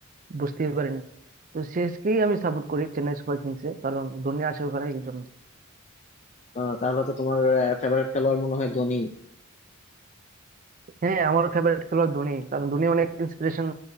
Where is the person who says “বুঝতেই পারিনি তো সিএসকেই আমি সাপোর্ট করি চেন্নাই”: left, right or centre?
Right